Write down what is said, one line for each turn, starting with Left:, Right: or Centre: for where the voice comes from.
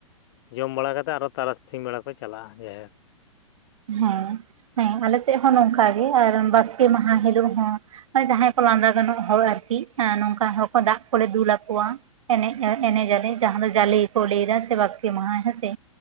Left: ᱡᱚᱢ ᱵᱟᱲᱟ ᱠᱟᱛᱮᱫ ᱟᱨᱦᱚ ᱛᱟᱨᱟᱥᱤᱧ ᱵᱮᱲᱟ ᱠᱚ ᱪᱟᱞᱟᱜᱼᱟ ᱡᱟᱦᱮᱨ
Right: ᱦᱮᱸ ᱦᱮᱸ ᱟᱞᱮ ᱥᱮᱫ ᱦᱚᱸ ᱱᱚᱝᱠᱟ ᱜᱮ ᱟᱨ ᱵᱟᱥᱠᱮ ᱢᱟᱦᱟ ᱦᱤᱞᱳᱜ ᱦᱚᱸ ᱟᱨ ᱡᱟᱦᱟᱸᱭ ᱠᱚ ᱞᱟᱸᱫᱟ ᱜᱟᱱᱚᱜ ᱦᱚᱲ ᱟᱨᱠᱤ ᱱᱚᱝᱠᱟᱱ ᱦᱚᱲ ᱠᱚ ᱫᱟᱜ ᱠᱚᱞᱮ ᱫᱩᱞ ᱟᱠᱚᱣᱟ ᱮᱱᱮᱡ ᱮᱱᱮᱡ ᱟᱞᱮ ᱡᱟᱦᱟᱸ ᱫᱚ ᱡᱟᱞᱮ ᱜᱮᱠᱚ ᱞᱟᱹᱭ ᱮᱫᱟ ᱥᱮ ᱵᱟᱥᱠᱮ ᱢᱟᱦᱟ ᱦᱮᱸᱥᱮ